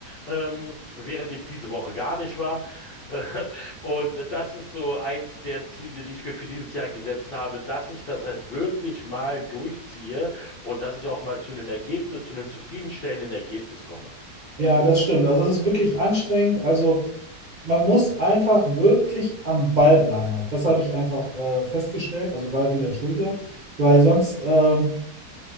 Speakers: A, on the left (about 65°); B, on the right (about 55°).
A: ähm, während ich diese Woche gar nicht war. <laughs> Äh, Und das ist so eins der Ziele, die ich mir für dieses Jahr gesetzt habe, dass ich das halt wirklich mal durchziehe und dass ich auch mal zu einem Ergebnis, zu einem zufriedenstellenden Ergebnis komme.
B: Ja, das stimmt. Also es ist wirklich anstrengend. Also man muss einfach wirklich am Ball bleiben halt. Das habe ich einfach äh, festgestellt, also gerade wegen der Schulter, So, weil sonst ähm,